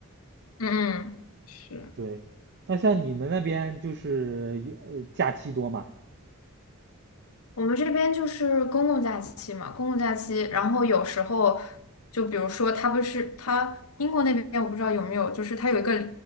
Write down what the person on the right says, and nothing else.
对，那像你们那边就是有呃假期多嘛？